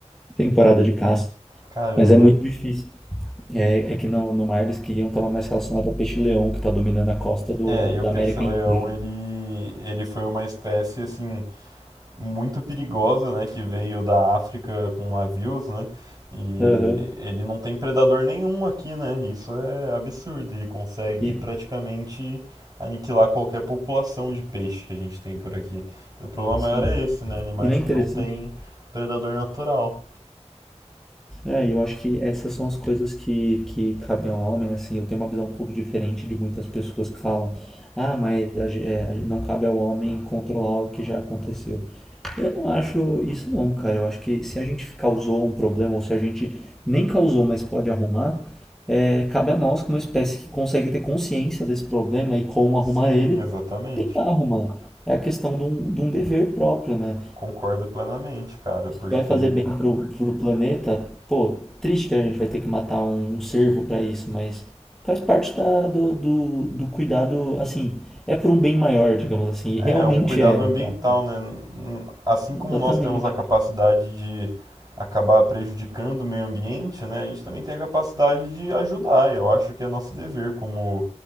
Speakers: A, in the centre; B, on the right (about 35°).
A: temporada de caça,
B: Caramba.
A: mas é muito difícil. É, é que no, no mar eles queriam estava mais relacionado ao peixe-leão que está dominando a costa do,
B: É, e o
A: da
B: peixe-leão,
A: América inteira.
B: ele, ele foi uma espécie, assim, muito perigosa, né, que veio da África com navios, né? E
A: Aham.
B: ele não tem predador nenhum aqui, né? Isso é absurdo. Ele consegue
A: E,
B: praticamente aniquilar qualquer população de peixe que a gente tem por aqui. E o problema
A: sim.
B: maior é esse, né? Animais
A: E não é interessante.
B: que não têm predador natural.
A: É, e eu acho que essas são as coisas que, que cabem ao homem, assim, eu tenho uma visão um pouco diferente de muitas pessoas que falam, ah, mas a ge- é, a ge- não cabe ao homem controlar o que já aconteceu. Eu não acho isso não, cara, eu acho que se a gente causou um problema, ou se a gente nem causou, mas pode arrumar, é, cabe a nós, como espécie que consegue ter consciência desse problema e como arrumar
B: Sim,
A: ele,
B: exatamente.
A: tentar arrumar. um. É a questão de um, de um dever próprio, né?
B: Concordo plenamente, cara, porque
A: que vai fazer bem pro, pro planeta, pô, triste que a gente vai ter que matar um, um cervo pra isso, mas faz parte da, do, do, do cuidado, assim, é por um bem maior, digamos assim,
B: É,
A: e realmente
B: um cuidado
A: é, no
B: ambiental,
A: caso.
B: né? N- Assim
A: Exatamente.
B: como nós temos a capacidade de acabar prejudicando o meio ambiente, né? A gente também tem a capacidade de ajudar. Eu acho que é nosso dever como,